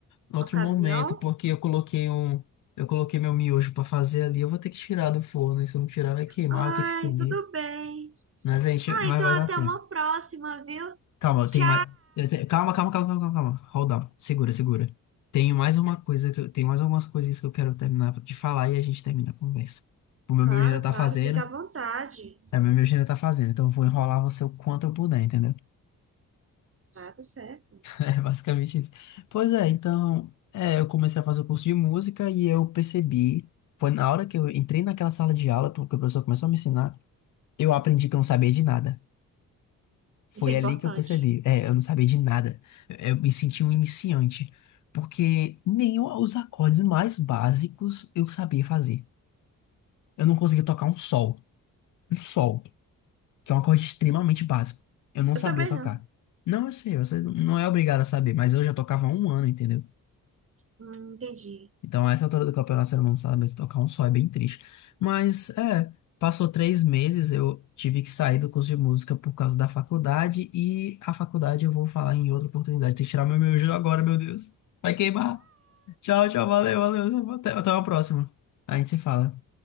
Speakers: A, on the left; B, on the right.
A: em outro
B: ocasião?
A: momento, porque eu coloquei um, eu coloquei meu miojo pra fazer ali, eu vou ter que tirar do forno, e se eu não tirar vai queimar,
B: Ai,
A: eu tenho que comer.
B: tudo bem.
A: Mas a gente,
B: Ah,
A: mas
B: então
A: vai
B: até
A: dar tempo.
B: uma próxima, viu?
A: Calma,
B: Tchau.
A: eu tenho mais. eu tenho- Calma, calma, calma, calma, calma, calma. Hold on. Segura, segura. Tenho mais uma coisa que eu... Tenho mais algumas coisinhas que eu quero terminar de falar e a gente termina a conversa. O meu
B: Claro,
A: meu já tá
B: claro,
A: fazendo.
B: fica à vontade.
A: É, o meu meu já tá fazendo. Então eu vou enrolar você o quanto eu puder, entendeu? <laughs>
B: Ah, tá certo.
A: É basicamente isso. Pois é, então. É, eu comecei a fazer o curso de música e eu percebi. Foi na hora que eu entrei naquela sala de aula, porque o professor começou a me ensinar, eu aprendi que eu não sabia de nada. Foi
B: Isso é importante.
A: ali que eu percebi. É, eu não sabia de nada. Eu, eu me senti um iniciante. Porque nem o- os acordes mais básicos eu sabia fazer. Eu não conseguia tocar um sol. Um sol, que é um acorde extremamente básico. Eu não
B: Eu
A: sabia
B: também
A: tocar.
B: não.
A: Não, eu sei, você não é obrigado a saber, mas eu já tocava há um ano, entendeu?
B: Hum, entendi.
A: Então, a essa altura do campeonato, o ser humano não sabe mesmo tocar um só, é bem triste. Mas, é, passou três meses, eu tive que sair do curso de música por causa da faculdade, e a faculdade eu vou falar em outra oportunidade. Tem que tirar meu miojo agora, meu Deus. Vai queimar. Tchau, tchau, valeu, valeu. Até, até uma próxima. A gente se fala.